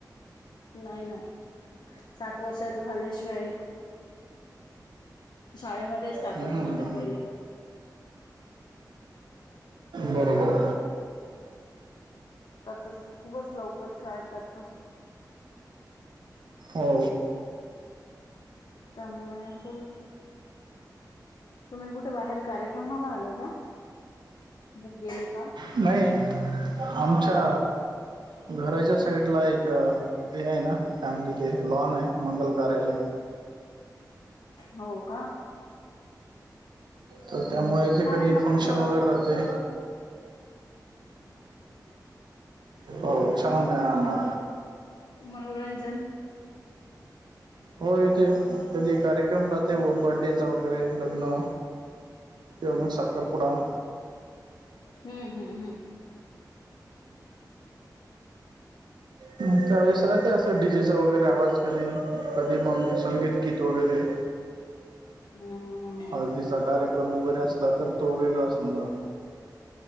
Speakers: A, on the left; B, on the right.
A: नाही ना सात वर्षाच झाल्याशिवाय शाळेमध्येच टाकत
B: हम्म
A: नव्हते पहिले लेकरांना
B: बरोबर
A: तर खूपच लवकर शाळेत टाकतात
B: हो
A: त्यामुळेमुळे असल तुम्ही कुठे बाहेर कार्यक्रमला आले का े गेले का
B: नाही आमच्या घराच्या साईडला एक हे आहे ना त्यामध्ये ते लॉन आहे मंगल कार्यालय
A: हो का
B: तर त्यामुळे तेे
A: छान
B: कधी
A: आहे मग
B: फंक्शन
A: तुम्हाला
B: वगैरे राह ते हो उचसाहण नाही आमला
A: मनोरंजन
B: हो इथे कधी कार्यक्रम राहते व बर््डेचा वगैरे लग्न किं मग साखरपुडा
A: हम्म हम्म हम्म
B: मं त्यावेळेस राहते असं डी जे चा असा वगैरे आवाज कधी कधी मग संगीत गीत वगैरे
A: हम्म हम्म हम्म
B: हळदीचा कार्यक्रम वगैरे असला तर तो वेगळा समजा